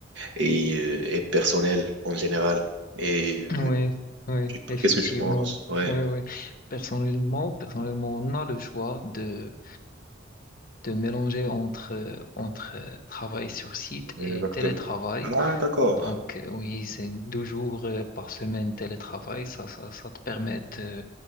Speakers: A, on the right; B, on the left.
A: et, euh, et personnel en général. Et euh,
B: Oui, oui,
A: tu-
B: effectivement.
A: qu'est-ce que tu penses? Ouais,
B: Oui, oui. Personnellement, personnellement, on a le choix de, de mélanger entre, euh, entre euh, travail sur site
A: exactement.
B: et télétravail.
A: Ah, d'accord,
B: Donc, euh, oui, c'est deux jours euh, par semaine télétravail. Ça, ça, ça te permet, euh,